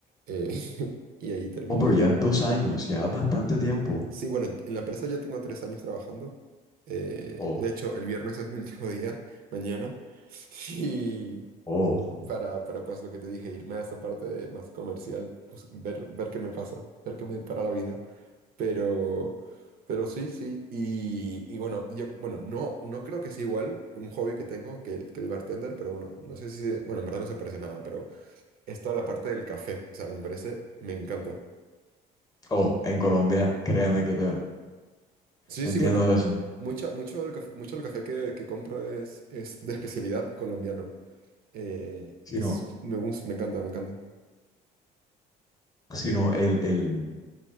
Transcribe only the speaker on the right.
Eh, <laughs> y ahí terminé.
Sí, bueno, en la empresa ya tengo tres años trabajando. Eh,
de hecho, el viernes es mi último día, mañana. <laughs> Y,
para, para pues lo que te dije, irme a esa parte de más comercial, pues ver, ver qué me pasa, ver qué me depara la vida. Pero, pero sí, sí. Y, y bueno, yo, bueno, no, no creo que sea igual un hobby que tengo que, el- que el bartender, pero bueno, no sé si, se- bueno, en verdad no se parece nada, pero es toda la parte del café, o sea, que me parece, me encanta.
Sí,
sí, bueno,
mucha, mucho del café, mucho del café que, que compro es, es de especialidad colombiano. Eh,
es, me, gus- me encanta, me encanta.